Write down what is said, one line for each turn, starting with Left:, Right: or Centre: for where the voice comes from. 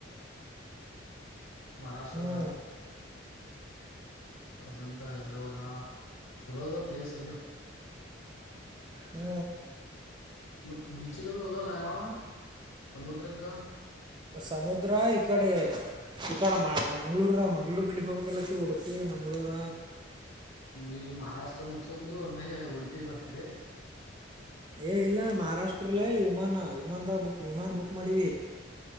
Left: ಮಹಾರಾಷ್ಟ್ರದಾಗ
Right: ಹ್ಞೂ
Left: ಅಜಂತ ಎಲ್ಲರ ಚಲೋ ಅದ ಪ್ಲೇಸ್ ಅಲ್ಲಿ
Right: ಹ್ಞ
Left: ಮ ಬಿಚಗ ಹೋಗ ಲಯಾವ ಸಮುದ್ರ ಕ
Right: ಸಮುದ್ರ ಇ ಕಡೆ ಚ ಕಾ ಮ ಮಂಗ್ಗಳೂರ ಮಂಗ್ಳೂರು ಕಡಿಗೆ ಹೋಗಬೇಕಲ್ಲತ್ತ ಓಡುತ್ತೀ ಮಂಗಳೂರ
Left: ಈಗವು ಮಾರಾಷ್ಟ್ರ ಮುಗಸೊಂಡಂದು ಒಮ್ಮೆ ಉಡುಪಿಗೆ ಬರ್ತೀರಿ
Right: ಏ ಇಲ್ಲ ಮಹಾರಾಷ್ಟ್ರಲ್ಲೇ ವಿಮಾನ ವಿಮಾನದ ಬುಕ್ ವಿಮಾನ ಬುಕ್ ಮಾಡೀ